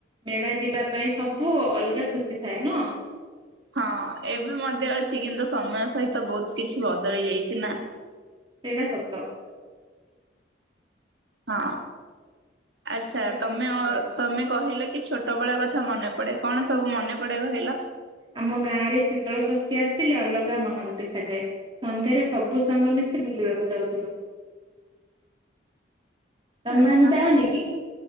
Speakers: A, on the right (about 25°); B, on the right (about 70°).
A: ମେଳା ଯିବା ପାଇଁ ସବୁ ଅଲଗା ଖୁସି ଥାଏ ନୁହେଁ।
B: ହଁ ଏବେ ମଧ୍ୟ ଅଛି କିନ୍ତୁ ସମୟ ସହିତ ବହୁତ କିଛି ବଦଳି ଯାଇଛି ନା।
A: ଏଇଟା ସତ।
B: ହଁ। ଆଚ୍ଛା
A: ଠିକ
B: ତମେ
A: କଥା
B: ଅ
A: କହିଲ
B: ତମେ କହିଲ କି ଛୋଟ ପ୍ରବଳ କଥା ମନେ ପଡେ କଣ ସବୁ ମନେ ପଡେ କହିଲ?
A: ଆମ ଗାଁରେ ଶୀତଳ ଷଷ୍ଠୀ ଆସିଥିଲେ ଅଲଗା ମାହଲ ଦେଖାଯାଏ ସନ୍ଧ୍ୟାରେ ସବୁ ସାଙ୍ଗ ମିଶି ବୁଲିବାକୁ ଯାଉଥିଲୁ। ତମେମାନେ
B: ଆଛା
A: ଯାଅନି କି?